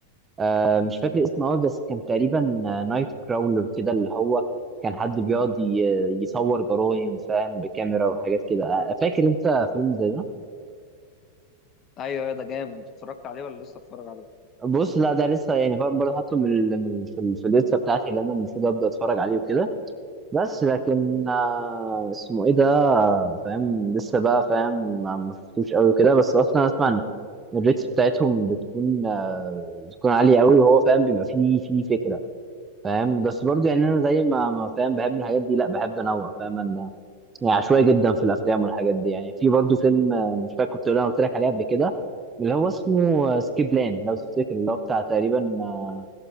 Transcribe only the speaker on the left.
ايوه ايوه ده جامد اتفرجت عليه ولا لسه اتفرج عليه